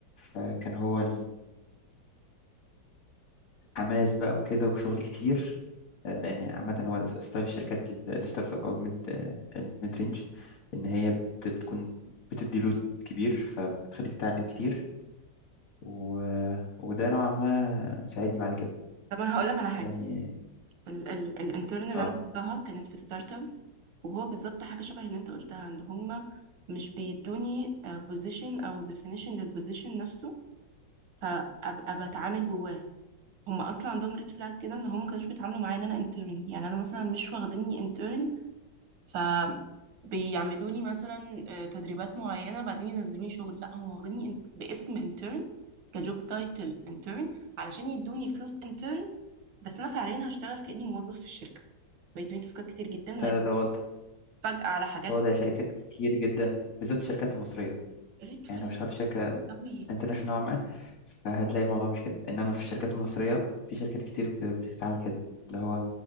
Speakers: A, on the left; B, on the right.
A: آه، كان هو الحماس بقى وكده وشغل كتير آه، لان عامه هو ده ستايل الشركات ال- الستارت اب او الميد آه، الميد رينج ان هي بت- بتكون بتدي لود كبير فبتخليك تتعلم كتير و... وده نوعا ما ساعدني بعد كده
B: طب انا هقول لك على
A: خلاني
B: حاجه ال- ال- الانترن اللي
A: اه
B: انا كنتها كانت في ستارت اب وهو بالظبط حاجه شبه اللي انت قلتها ان هم مش بيدوني بوزيشن او ديفينيشن للبوزيشن نفسه فابقى بتعامل جواه هم اصلا عندهم ريد فلاج كده ان هم ما كانوش بيتعاملوا معايا ان انا انترن يعني انا مثلا مش واخديني intern فبيعملوا لي مثلا آه، تدريبات معينة بعدين ينزلوني شغل لا هم واخديني in- باسم انترن كجوب تايتل انترن علشان يدوني فلوس انترن بس انا فعليا هشتغل كأني موظف في الشركة بيدوني تاسكات كتير جدا
A: ده ده وضع
B: وهتفاجئ على حاجات
A: ده وضع شركات كتير جدا بالذات الشركات المصرية
B: ريد فلاجز
A: يعني لو اشتغلت في شركة
B: قوي
A: انترناشونال نوعا ما فهتلاقي الموضوع مش كده انما في الشركات المصرية في شركات كتير ب- بتتعامل كده اللي هو